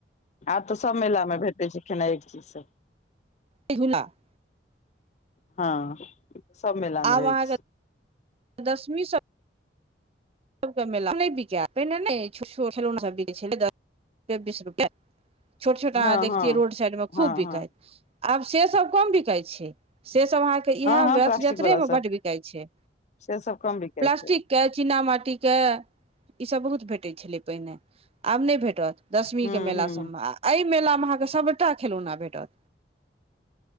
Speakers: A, on the left (about 40°); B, on the right (about 35°).
A: आब तऽ सभ मेलामे भेटैत छै खेनाइ एक चीजसँ
B: एगुला <unintelligible>
A: हँ सभ मेलामे
B: आब
A: रहै
B: अहाँके
A: छै
B: दशमी सॅं सबके मेला नहि बिकाय <unintelligible> त पहिने ने छोट खेलौना सब बिकै छलै दस रूपय बीस रुपआ छोट छोट
A: हँ
B: अहाँ देखतियै
A: हँ
B: रोड साइड मे
A: हँ
B: खूब बिकाइत
A: हँ
B: आब से सब कम बिकाइत छै से सब अहाँके इएह
A: हँ हँ प्लास्टिक
B: यत्रेमे
A: वाला सब
B: बड्ड बिकाइ छै
A: से सब कम बिकाइ
B: प्लास्टिक
A: छै
B: के चीना माटीके ईसभ बहुत भेटैत छलै पहिने आब नहि भेटत दशमीके
A: हूँ
B: मेला
A: हूँ
B: सभमे आ एहि मेलामे अहाँकेँ सभटा खेलौना भेटत